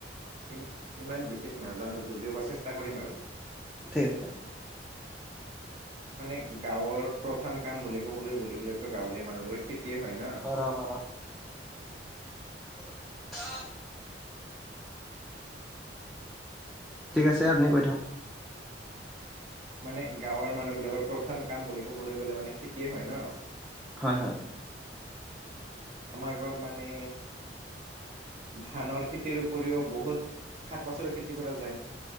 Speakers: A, on the right (about 35°); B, in the centre.
A: ই ইমান বিশেষ নাজানো যদিও বা চেষ্টা কৰিম আৰু।
B: ঠিক আছে।
A: মানে গাঁৱৰ প্ৰধান কাম বুলি ক'বলৈ বুলি ক'লেতো গাঁৱলীয়া মানুহবিলাকৰ খেতিয়ে হয় ন।
B: অ ৰ ৰ <inaudible> ঠিক আছে আপুনি কৈ থাক।
A: মানে গাঁৱৰ মানুহ বিলাকৰ প্ৰধান কাম বুলি ক'বলৈ গ'লে মানে খেতিয়ে হয় ন।
B: হয় হয়।
A: আমাৰ গাঁৱত মানে ধানৰ খেত- খেতিৰ উপৰিও বহুত শাক পাচলিৰ খেতি কৰা যায়।